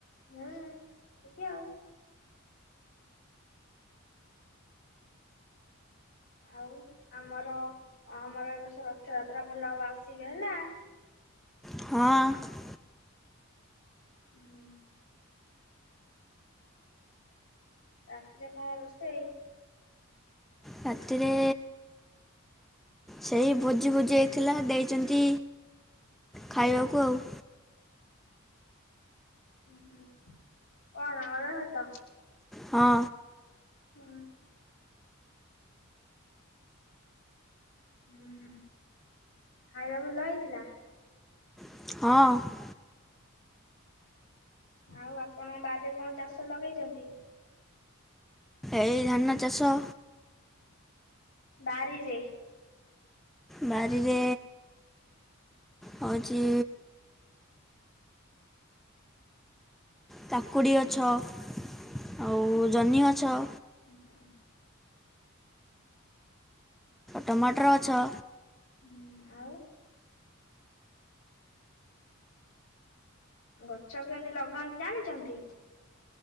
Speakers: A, on the left; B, in the centre.
A: ମୁଁ ଏତିକି ଆଉ। ଆଉ ଆମର ଆମର ଏବର୍ଷ ରଥଯାତ୍ରା ଭଲ ହବ ଆସିବେ ହେଲା।
B: ହଁ।
A: ହୁଁ। ରାତିରେ କଣ ରୋଷେଇ।
B: ରାତିରେ ସେଇ ଭୋଜି ଭୋଜି ହେଇଥିଲା ଦେଇଛନ୍ତି ଖାଇବାକୁ ଆଉ।
A: ଉଁ ହୁଁ କଣ ଅରୁଆ ଭାତ।
B: ହଁ।
A: ହୁଁ। ଉଁ ହୁଁ ଖାଇବା ଭଲ ହେଇଥିଲା।
B: ହଁ।
A: ଆଉ ଆପଣଙ୍କ ବାରି ରେ କଣ ଚାଷ ଲଗେଇଛନ୍ତି।
B: ହେଇ ଧାନ ଚାଷ।
A: ବାରିରେ।
B: ବାରିରେ ହଉଚି କକୁଡ଼ି ଗଛ ଆଉ ଜହ୍ନିଗଛ।
A: ହୁଁ।
B: ଟମାଟର ଗଛ।
A: ହୁଁ ଆଉ। ଗଛ କେମତି ଲଗାନ୍ତି ଜାଣିଛନ୍ତି।